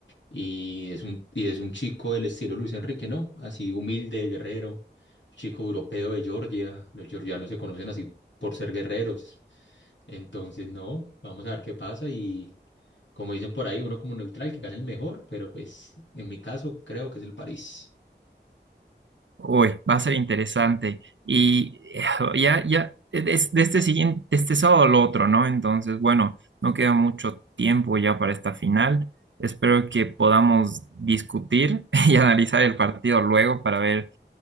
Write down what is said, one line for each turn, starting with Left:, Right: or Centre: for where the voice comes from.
Left: Y es un, y es un chico del estilo Luis Enrique, ¿no? Así humilde, guerrero, chico europeo de Georgia. Los georgianos se conocen así por ser guerreros entonces, no, vamos a ver qué pasa y como dicen por ahí, uno como neutral que gane el mejor, pero pues en mi caso creo que es el París.
Right: Hoy va a ser interesante. Y eh, ya, ya, es de este siguiente, de este sábado al otro, ¿no? Entonces, bueno, no queda mucho tiempo ya para esta final. Espero que podamos discutir <laughs> y analizar el partido luego para ver